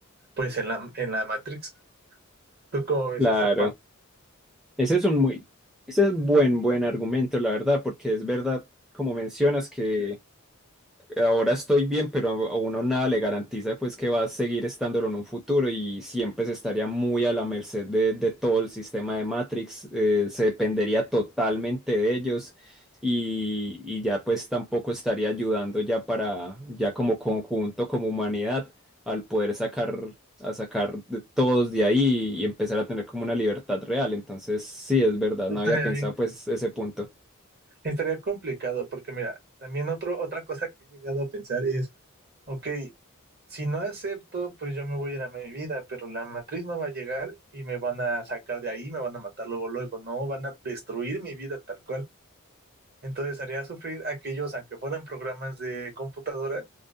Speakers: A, on the right (about 45°); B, in the centre.
A: pues en la, en la Matrix. ¿Tú cómo ves
B: claro.
A: esa parte?
B: Ese es un muy, ese es buen, buen argumento, la verdad, porque es verdad, como mencionas, que ahora estoy bien, pero a a uno nada le garantiza pues que va a seguir estándolo en un futuro y siempre se estaría muy a la merced de, de todo el sistema de Matrix, eh, se dependería totalmente de ellos y, y ya pues tampoco estaría ayudando ya para, ya como conjunto, como humanidad, al poder sacar, a sacar de todos de ahí y empezar a tener como una libertad real. Entonces, sí, es verdad,
A: Estaría
B: no había pensado
A: bien,
B: pues ese punto.
A: estaría complicado porque mira, también otro, otra cosa que he llegado a pensar es, ok, si no acepto, pues yo me voy a ir a mi vida, pero la matriz no va a llegar y me van a sacar de ahí, me van a matar luego, luego, no, van a destruir mi vida tal cual. Entonces haría sufrir a aquellos, aunque fueran programas de computadora,